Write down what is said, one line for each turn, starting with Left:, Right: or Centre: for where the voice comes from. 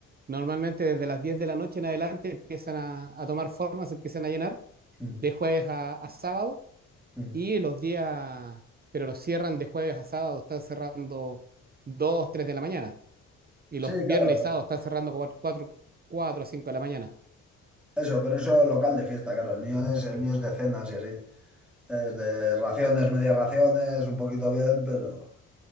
Right: normalmente desde las 10 de la noche en adelante empiezan a, a tomar forma, se empiezan a llenar
Centre: Mm,
Right: de jueves a, a sábado
Centre: mm.
Right: y los días, pero los cierran de jueves a sábado, están cerrando 2, 3 de la mañana y
Centre: Sí,
Right: los viernes
Centre: claro,
Right: y sábados están cerrando 4, 4 a 5 de la mañana.
Centre: eso, pero eso local de fiesta, claro. El mío es, el mío es de cenas y así. Es de raciones, medias raciones, un poquito bien, pero,